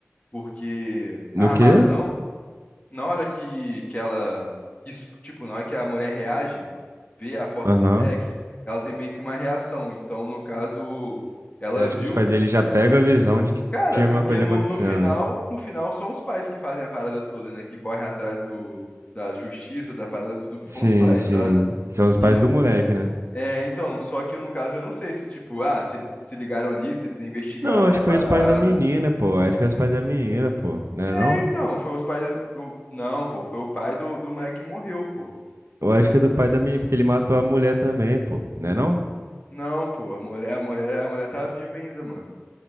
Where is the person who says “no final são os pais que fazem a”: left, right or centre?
Left